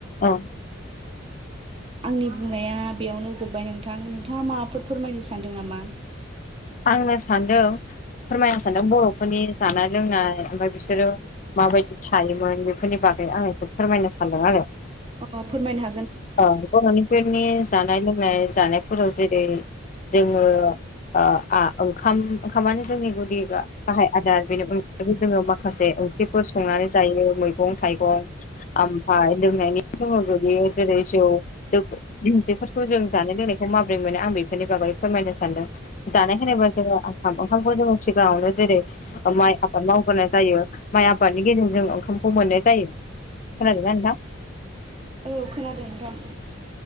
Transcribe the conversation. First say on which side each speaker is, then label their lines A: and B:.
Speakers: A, on the left; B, on the right.
A: औ
B: आंनि बुंनाया बेयावनो जोब्बाय नोंथां नोंथाङा माबाफोर फोरमायनो सानदों दों नामा?
A: आंनो सानदों फोरमायनो सानदों बर'फोरनि जानाय लोंनाय ओमफ्राय बिसोरो माबायदि थायोमोन बेफोरनि बागै आं एखौ फोरमायनो सानदों आरो।
B: अ फोरमायनो ह
A: औ बर'निफोरनि जानाय लोंनाय जानायफोराव जेरै जोंङो ओ आ ओंखाम ओंखामानो जोंनि गुदि गाहाय आदार बेनि अनगायैबो जोङो माखासे ओंख्रिफोर संनानै जायो मैगं थाइगं ओमफ्राय लोंनायनि जोङो बियो जेरै जौ बेफोरखौ जों जानाय बे लोंनायखौ मा बोरै मोनो आं बेफोरनि बागै फोरमायनो सानदों, जानाय होनोबा
B: औ
A: जोङो ओंखाम ओंखामखौ जोङो सिगांङावनो जेरै माइ आबाद मावबोनाय जायो माइ आबादनि गेजेरजों ओंखामखौ मोननाय जायो। खोनादों ना नोंथां?
B: औ खोनादों नोंथां।